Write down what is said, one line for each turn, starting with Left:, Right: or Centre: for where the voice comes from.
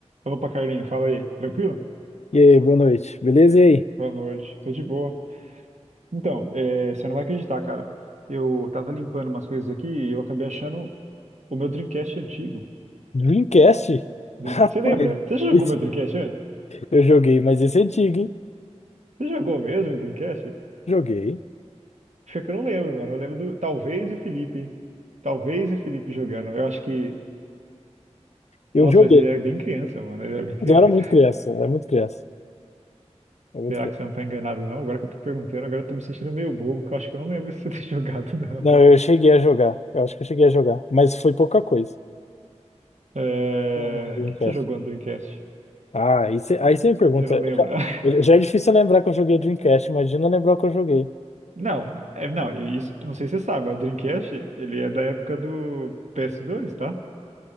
Right: Opa, Carlinho, fala aí. Tranquilo?
Left: E aí, boa noite. Beleza? E aí?
Right: Boa noite. Tô de boa. Então, é, você não vai acreditar, cara. Eu tava limpando umas coisas aqui e eu acabei achando o meu Dreamcast antigo.
Left: Dreamcast? <laughs>
Right: Dream-
Left: Rapaz,
Right: Você lembra? Você já jogou
Left: esse-
Right: meu Dreamcast antes?
Left: eu joguei, mas esse é antigo, hein?
Right: Você jogou mesmo meu Dreamcast?
Left: Joguei.
Right: Fica que eu não lembro, mano. Eu lembro do... Talvez o Felipe. Talvez o Felipe jogando. Eu acho que...
Left: Eu
Right: Nossa,
Left: joguei.
Right: mas ele era bem criança, mano. Ele era bem criança.
Left: Mas eu era muito
Right: <laughs>
Left: criança, eu era muito criança. eu era muito
Right: Será
Left: criança.
Right: que você não tá enganado, não? Agora que eu tô perguntando, agora eu tô me sentindo meio bobo, que eu acho que eu não lembro se você <laughs> tem jogado, não.
Left: Não, eu cheguei a jogar. Eu acho que eu cheguei a jogar, mas foi pouca coisa.
Right: É,
Left: Não, do Dreamcast.
Right: O que que você jogou no Dreamcast?
Left: Ah, aí você aí cê me pergunta.
Right: Você não lembra? <laughs>
Left: Já, já é difícil lembrar que eu joguei Dreamcast, imagina lembrar o que eu joguei.
Right: Não, é, não, e isso, eu não sei se você sabe, mas o Dreamcast, ele é da época do PS2, tá?